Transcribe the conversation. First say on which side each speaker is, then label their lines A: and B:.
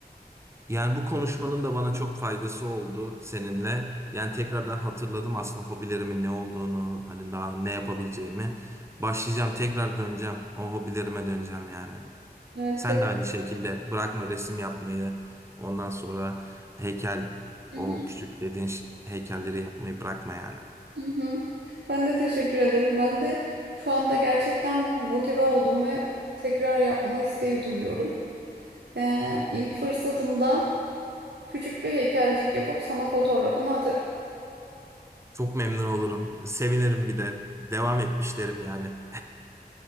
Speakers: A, on the right; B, on the right.
A: Yani bu konuşmanın da bana çok faydası oldu seninle. Yani tekrardan hatırladım aslında hobilerimin ne olduğunu, hani daha ne yapabileceğimi. Başlayacağım, tekrar döneceğim. O hobilerime döneceğim yani.
B: Evet
A: Sen de aynı şekilde bırakma resim yapmayı. Ondan sonra heykel,
B: Hı
A: o
B: hı,
A: küçük dediğin ş- heykelleri yapmayı bırakma yani.
B: hı hı. Ben de teşekkür ederim. Ben de şu anda gerçekten motive oldum ve tekrar yapma isteği duyuyorum. Ee, ilk fırsatımda küçük bir heykelcik yapıp sana fotoğrafını atarım.
A: Çok memnun olurum. Sevinirim bir de. Devam etmişlerim yani.